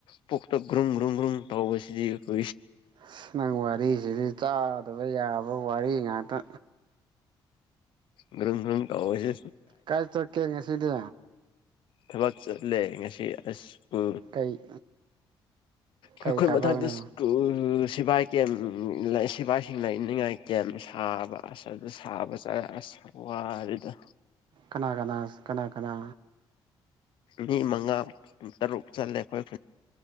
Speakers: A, on the left; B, on the right.
A: ꯄꯨꯛꯇ ꯒ꯭ꯔꯨꯝ ꯒ꯭ꯔꯨꯝ ꯒ꯭ꯔꯨꯝ ꯇꯧꯕꯁꯦ ꯁꯤꯈ
B: ꯑꯁ ꯅꯪ ꯋꯥꯔꯤꯁꯤꯗꯤ ꯆꯥꯗꯕ ꯌꯥꯕ ꯋꯥꯔꯤ ꯉꯥꯛꯇ
A: ꯭ꯕꯔꯝ ꯕ꯭ꯔꯨꯝ ꯇ ꯍꯧꯁ
B: ꯀꯥꯏ ꯇ ꯀꯦꯉꯥꯁꯤꯗꯦ
A: ꯊꯕꯛ ꯆꯠꯂꯦ ꯉꯁꯤꯁ ꯑꯁ ꯎ
B: ꯀꯩ
A: ꯑꯩꯈꯣꯏ
B: ꯀꯩ ꯊꯕꯛꯅꯣ
A: ꯃꯊꯛꯇ ꯁꯤꯕꯥꯏ ꯀꯦꯝ ꯁꯤꯕꯥꯏꯁꯤꯡ ꯂꯩꯅꯤꯡꯉꯥꯏ ꯀꯦꯝ ꯁꯥꯕ ꯑꯁ ꯑꯗꯨ ꯁꯥꯕ ꯆ ꯑꯁ ꯋꯥ ꯔꯦꯗ
B: ꯀꯅꯥ ꯀꯅꯥ ꯀꯅꯥ ꯀꯅꯥ
A: ꯃꯤ ꯃꯉꯥ ꯇꯔꯨꯛ ꯆꯠꯂꯦ ꯑꯩꯈꯣꯏꯟ